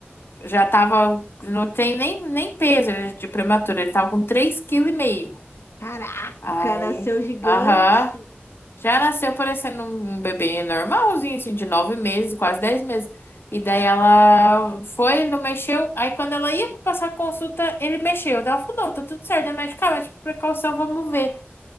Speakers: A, on the left; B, on the left.
A: já tava. Não tem nem, nem peso ele é de prematuro. ele tava com 3,5 kg.
B: Caraca,
A: Aí.
B: nasceu gigante.
A: Aham. Já nasceu parecendo um um bebê normalzinho, assim, de nove meses, quase dez meses. E daí ela foi, ele não mexeu. Aí quando ela ia passar a consulta, ele mexeu. Daí ela falou, não, tá tudo certo, é medicamento, por precaução, vamos ver.